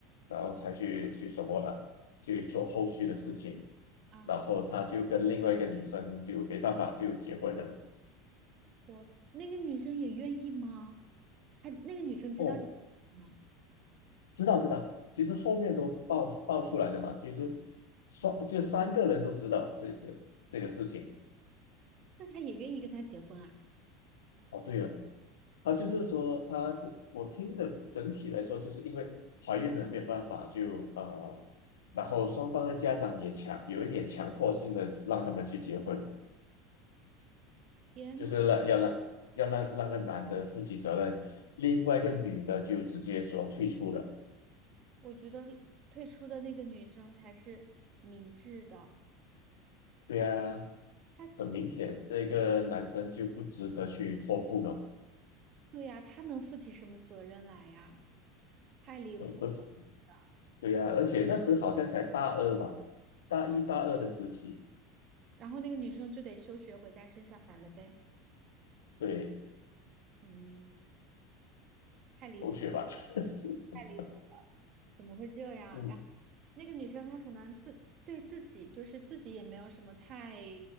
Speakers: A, on the left; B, on the right.
A: 然后才去去什么了，去做后续的事情，
B: 啊，
A: 然后她就跟另外一个女生就没办法就结婚了嘛。
B: 我那个女生也愿意吗？她那个女生知道这件事情吗？
A: 哦，知道知道，其实后面都爆爆出来了嘛。其实双就三个人都知道这这这个事情。
B: 那她也愿意跟他结婚啊？
A: 哦，对哦，啊，就是说他的，我听的整体来说，就是因为怀孕了没有办法就呃，然后双方的家长也强有一点强迫性的让他们去结婚，
B: 天呐，
A: 就是让要让要让让个男的负起责任，另外一个女的就直接说退出了。
B: 我觉得退出的那个女生才是明智的。
A: 对啊，
B: 她这个，
A: 很明显这个男生就不值得去托付嘛。
B: 对呀、她能负起什么责任来呀？太离谱
A: <laughs>
B: 了。
A: 对呀、而且那时好像才大二吧，大一大二的时期，
B: 然后那个女生就得休学回家生小孩了呗。
A: 对，
B: 嗯。太离谱，
A: 狗血吧，<laughs>
B: 太离谱了，怎么会这样？
A: 嗯，
B: 然后那个女生她可能自对自己就是自己也没有什么太